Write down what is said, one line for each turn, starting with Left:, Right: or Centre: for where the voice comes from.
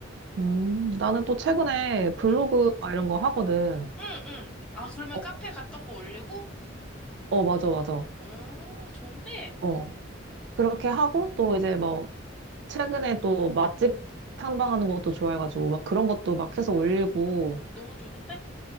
Right: 음, 나는 또 최근에 블로그
Centre: 응,
Right: 막 이런 거 하거든.
Centre: 응, 응. 아, 그러면
Right: 어,
Centre: 카페 갔던 거 올리고?
Right: 어, 맞아, 맞아.
Centre: 오, 좋은데?
Right: 어, 그렇게 하고 또 이제 뭐 최근에 또 맛집 탐방하는 것도 좋아해가지고 막 그런 것도 막 해서 올리고
Centre: 너무 좋은데?